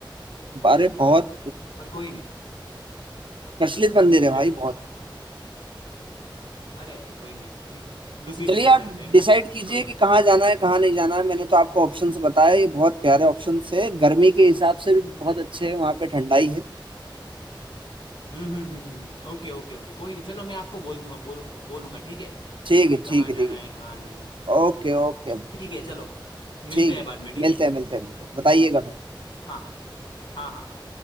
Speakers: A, on the right; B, on the left.
A: अरे बहुत
B: पर कोई नहीं
A: प्रचलित मंदिर
B: <laughs>
A: है भाई बहुत
B: अरे अरे कोई नहीं <laughs> दूसरी जगह
A: चलिए
B: भी
A: आप
B: जाते हैं ना
A: डिसाइड कीजिए
B: कोई
A: कि
B: नहीं
A: कहाँ जाना है कहाँ नहीं जाना है मैंने तो आपको ऑप्शंस बताए ये बहुत प्यारे ऑप्शंस है गर्मी के हिसाब से भी बहुत अच्छे हैं वहाँ पे ठंडाई है
B: हम्म हम्म हम्म हम्म। हम्म। ओके ओके ओके कोई नहीं चलो मैं आपको बोल दूंगा बोल, बोलूंगा ठीक है
A: ठीक
B: कि
A: है
B: कहाँ
A: ठीक है
B: जाना
A: ठीक है
B: है कहाँ नहीं जाना
A: Okay okay
B: ठीक है चलो मिलते
A: ठीक
B: हैं
A: है
B: बाद में ठीक
A: मिलते
B: है
A: हैं मिलते हैं मिलते हैं बताइएगा फिर
B: हाँ हाँ हाँ हाँ।